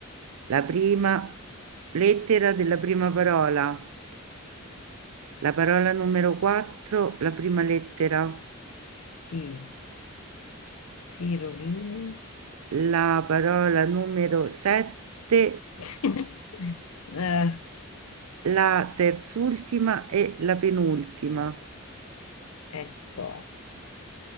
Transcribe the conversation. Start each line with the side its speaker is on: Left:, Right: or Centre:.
Right: La prima lettera della prima parola, la parola numero 4, la prima lettera,
Left: ti, ti rovini.
Right: la parola numero 7,
Left: <laughs> Eh,
Right: la terzultima e la penultima.
Left: e to.